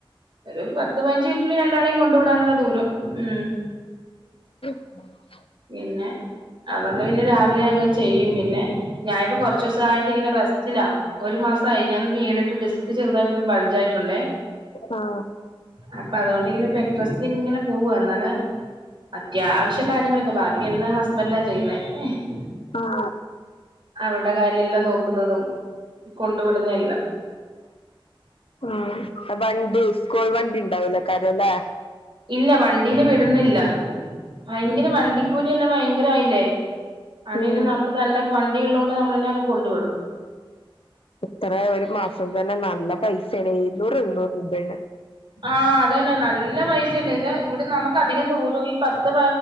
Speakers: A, on the right (about 60°); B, on the left (about 80°).
A: ഒരു പത്ത്പയ്നഞ്ച് മിനിറ്റ്ന് രണ്ടാളെയും കൊണ്ടവിടാനുള്ള ദൂരം ഉം
B: ഉം <inaudible>
A: പിന്നെ അവക്ക് പിന്നെ രാവിലെഅങ്ങ് ചെയ്യും പിന്നെ ഞാനിപ്പോ കൊറച്ചുസായിട്ട് ഇങ്ങനെ റസ്റ്റില ഒരുമാസായി ഞാനൊന്നു വീണ് ന്റെ ഡിസ്ക് ചെറുതായിട്ടൊന്നു ബൾജായി ഉണ്ടേ
B: ആ
A: അപ്പൊ അതുകൊണ്ടിങ്ങനെ ബെഡ്റെസ്റ്റിൽ ഇങ്ങനെ പോവ എന്നാണ് അത്യാവിശം ബാക്കിയെല്ലാം ഹസ്ബന്റാ ചെയ്യണേ ഉം
B: ആ
A: അവൾടെ കാര്യംഎല്ലാം നോക്കുന്നതും കൊണ്ടു വിടുന്നതെല്ലാം
B: ഉം വണ്ടി സ്കൂൾ വണ്ടി വണ്ടാവില്ല കാരംലെ-
A: ഇല്ല വണ്ടില് വിടുന്നില്ല ഭയങ്കര വണ്ടി കൂലി തന്നെ എല്ലാം ഭയങ്കരയില്ലേ അതുകൊണ്ട്
B: ഉം
A: പിന്നെ നമ്മള് തന്നെ വണ്ടി ഉള്ളോണ്ട് നമ്മ എന്നെഅങ്ങ് കൊണ്ട് വിടും
B: എത്ര ഒരു മാസം തന്നെ നല്ല പൈസാണെ എഴുന്നൂറ് എണ്ണൂറ് രൂപണ്
A: ആഹ് അതന്നെ നല്ല പൈസ് ഇവിടെ നമുക്ക് അധികം ദൂരം ഈ പത്ത്